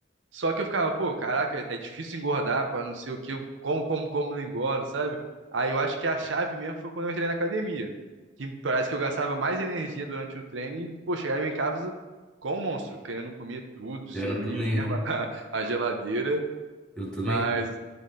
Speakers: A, on the right (about 80°); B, in the centre.
A: Só que eu ficava, pô, caraca, é é difícil engordar pra não sei o quê, eu como, como, como, não engordo, sabe? Aí eu acho que a chave mesmo foi quando eu entrei na academia, que parece que eu gastava mais energia durante o treino e, pô, chegava em casa com um monstro, querendo comer tudo, destruir
B: É, Eu também,
A: mesmo
B: né?
A: a, <laughs> a geladeira,
B: Eu também.
A: mas,